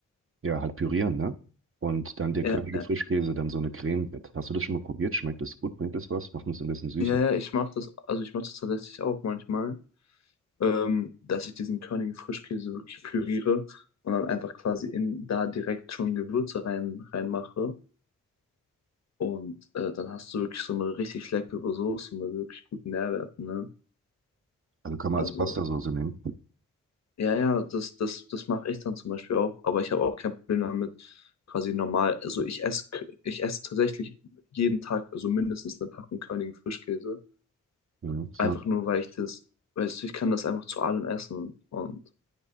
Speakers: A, on the right; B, on the left.
A: ja, halt pürieren, ne? Und dann der
B: ja,
A: körnige
B: ja.
A: Frischkäse dann so eine Creme wird. Hast du das schon mal probiert? Schmeckt das gut? Bringt das was? Macht uns ein bisschen süßer.
B: Ja, ja, ich mache das, also ich mache das tatsächlich auch manchmal. ähm, dass ich diesen körnigen Frischkäse wirklich püriere und dann einfach quasi in da direkt schon Gewürze rein reinmache. Und äh, dann hast du wirklich so eine richtig leckere Soße mit wirklich guten Nährwerten, ne?
A: Also kann man
B: Also,
A: als Pastasoße nehmen.
B: ja, ja, das, das, das mache ich dann zum Beispiel auch, aber ich habe auch kein Problem damit, quasi normal. Also ich esse, ich esse tatsächlich jeden Tag, also mindestens eine Packung körnigen Frischkäse.
A: Mhm. ist
B: Einfach
A: immer-
B: nur, weil ich das, weißt du, ich kann das einfach zu allem essen und